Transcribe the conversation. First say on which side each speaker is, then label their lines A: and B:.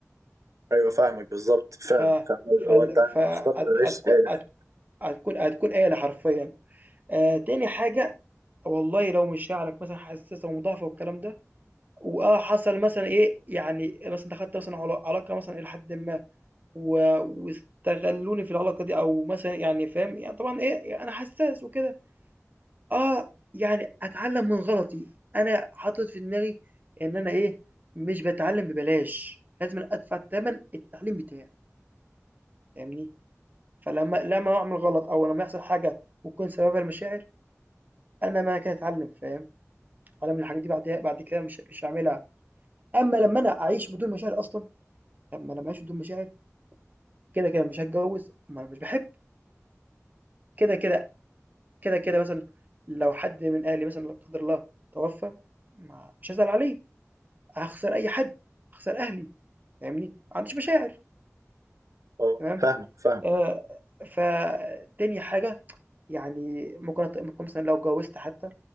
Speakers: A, on the right; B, on the right.
A: ايوه فاهمك بالظبط فعلا
B: ف
A: فاهم
B: فال
A: هو انت انا
B: ف هت
A: اخترت اعيش
B: هتكو
A: سعيد
B: هت هتكون هتكون آلة حرفيًا، آآ، تاني حاجة والله لو مشاعرك مثلًا حساسة ومضاعفة والكلام ده، وآه حصل مثلًا إيه، يعني مثلًا دخلت مثلًا علا علاقة مثلًا إلى حدٍ ما و واستغلوني في العلاقة دي أو مثلًا يعني فاهم، يعني طبعًا إيه، أنا حسّاس وكده. آه، يعني أتعلّم من غلطي، أنا حاطط في دماغي إن أنا إيه، مش باتعلّم ببلاش، لازمًا أدفع تَمَن التعليم بتاعي، فاهمني؟ فلمّا لمّا أعمل غلط أو لمّا يحصل حاجة وتكون سببها المشاعر، أنا معنى كده أتعلّم، فاهم؟ أتعلّم من الحاجات دي بعديها بعد كده مش مش هاعملها. أمّا لمّا أنا أعيش بدون مشاعر أصلًا، طَب ما أنا باعيش بدون مشاعر كده، كده مش هاتجوّز، ما أنا مش باحب، كده، كده كده، كده مثلًا لو حد من أهلي مثلًا لا قدر الله توفى، ما مش هازعل عليه، هاخسر أي حد، هاخسر أهلي، فاهمني؟ ما عنديش مشاعر
A: اه
B: تمام،
A: فاهمك فاهمك
B: آآ فتاني حاجة يعني ممكن أت ممكن مثلًا لو اتجوزت حتى